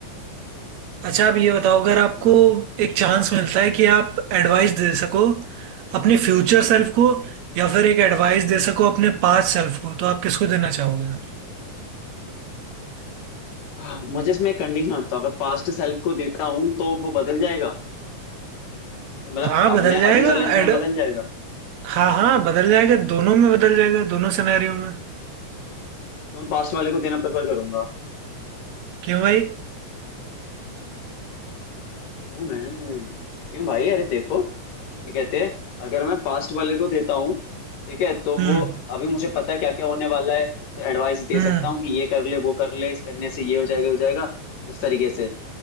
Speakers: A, on the right (about 65°); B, on the left (about 80°).
A: अच्छा आप ये बताओ अगर
B: हाँ
A: आपको
B: हाँ
A: एक चांस मिलता है कि आप एडवाइस दे सको अपने फ्यूचर सेल्फ को या फिर एक एडवाइस दे सको अपने पास्ट सेल्फ को तो आप किसको देना चाहोगे
B: हाँ, मुझे इसमें एक कंडीशन होता है अगर पास्ट सेल्फ को देता हूँ तो वो बदल जाएगा तो मतलब
A: हाँ
B: अब
A: बदल
B: मैं
A: जाएगा
B: अभी वाला इंसान
A: एड
B: बदल जाएगा
A: हाँ हाँ बदल जाएगा दोनों में बदल जाएगा दोनों सिनेरियो में
B: तो मैं पास्ट वाले को देना प्रेफर करूंगा
A: क्यों भाई
B: ओ मैं क्यों भाई अरे देखो क्या कहते हैं अगर मैं पास्ट वाले को देता हूँ ठीक है तो
A: हम्म
B: वो अभी मुझे पता है क्या क्या होने वाला है तो एडवाइस दे
A: हम्म
B: सकता हूँ कि ये कर ले वो कर ले इस करने से ये हो जाएगा हो जाएगा इस तरीके से